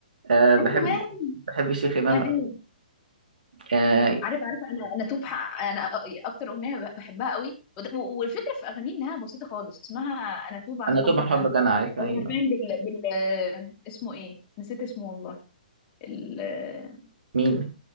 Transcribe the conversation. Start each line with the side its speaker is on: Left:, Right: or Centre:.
Right: آه بحب
Left: انا كمان
Right: بحب الشيخ امام
Left: ايوه
Right: قوي آه
Left: عارف عارف انا انا توب حق انا اكتر اغنيه بح- بحبها قوي وده- و- والفكره في اغانيه انها بسيطه خالص اسمها انا توب عن
Right: انا طبعا
Left: حبك
Right: حبك
Left: انا
Right: انا عارف
Left: هو
Right: ايوه
Left: حرفيا بال... بال آه، اسمه ايه نسيت اسمه والله ال... آه،
Right: مين